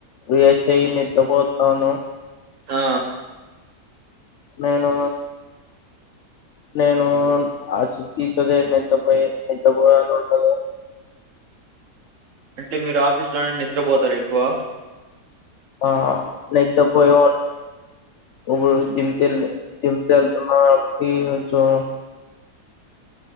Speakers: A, on the left; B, on the right.
A: రిలాక్స్ అయి నిద్రపోతాను.
B: ఆ
A: నేను నేను ఆ షిప్ట్ ఇంచార్జ్ నిద్రపోయి నిద్ర <inaudible> ఉండదు.
B: అంటే మీరు ఆఫీసు లోనే నిద్రపోతారు ఎక్కువ
A: ఆ నిద్రపోయోవాన్ని ఇప్పుడు జిమ్ కెల్లి జిమ్ కెళ్తున్నా కాబట్టి కొంచెం